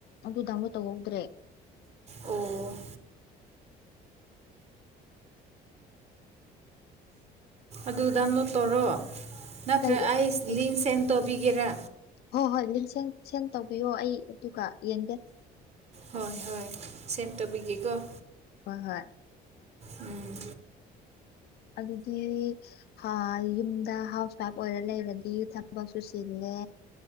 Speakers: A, on the left (about 70°); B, on the right (about 40°).
A: ꯑꯗꯨ ꯗꯥꯎꯟꯂꯣꯗ ꯇꯧꯍꯧꯗ꯭ꯔꯦ
B: ꯑꯣ ꯑꯗꯨ ꯗꯥꯎꯟꯂꯣꯗ ꯇꯧꯔꯣ ꯅꯠꯇ꯭ꯔ
A: ꯀꯩ ꯑꯦꯞ
B: ꯑꯩ
A: ꯑꯣꯏꯒꯦ?
B: ꯂꯤꯛ ꯁꯦꯟ ꯇꯧꯕꯤꯒꯦꯔꯥ
A: ꯍꯣꯏ ꯍꯣꯏ ꯂꯤꯡꯁ ꯁꯦꯟ ꯁꯦꯟ ꯇꯧꯕꯤꯌꯣ ꯑꯩ ꯑꯗꯨꯒ ꯌꯦꯡꯒꯦ
B: ꯍꯣꯏ ꯍꯣꯏ ꯁꯦꯟ ꯇꯧꯕꯤꯒꯦꯀꯣ
A: ꯍꯣꯏ ꯍꯣꯏ
B: ꯎꯝ
A: ꯑꯗꯨꯗꯤ ꯍꯥ ꯌꯨꯝꯗ ꯍꯥꯎꯁ ꯋꯥꯏꯐ ꯑꯣꯏꯔ ꯂꯩꯔꯗꯤ ꯊꯕꯛꯁꯨꯨ ꯆꯤꯜꯂꯦ